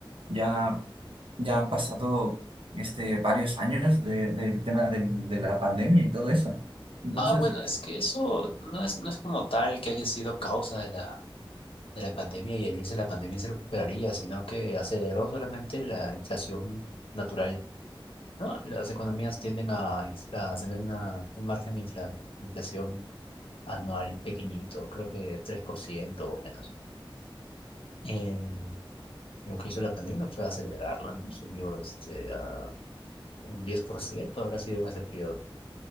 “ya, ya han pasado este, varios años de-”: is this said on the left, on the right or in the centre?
Right